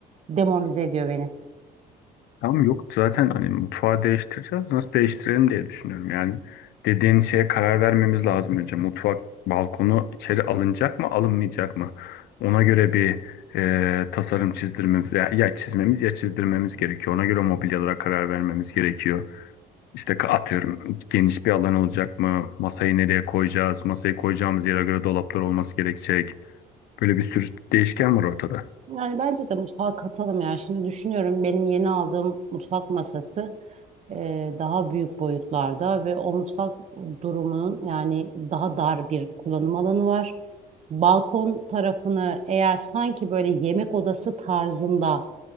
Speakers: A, on the right; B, on the left.
A: Demoralize ediyor beni.
B: Tamam yok zaten hani mutfağı değiştireceğiz. Nasıl değiştirelim diye düşünüyorum. Yani dediğin şeye karar vermemiz lazım önce. Mutfak balkonu içeri alınacak mı alınmayacak mı? Ona göre bir e, tasarım çizdirmemiz ya, ya çizmemiz ya çizdirmemiz gerekiyor. Ona göre mobilyalara karar vermemiz gerekiyor. İşte ka- atıyorum geniş bir alan olacak mı? Masayı nereye koyacağız? Masayı koyacağımız yere göre dolaplar olması gerekecek. Böyle bir sürü değişken var ortada.
A: Yani bence de mutfağa katalım ya. Şimdi düşünüyorum benim yeni aldığım mutfak masası e, daha büyük boyutlarda ve o mutfak durumunun yani daha dar bir kullanım alanı var. Balkon tarafını eğer sanki böyle yemek odası tarzında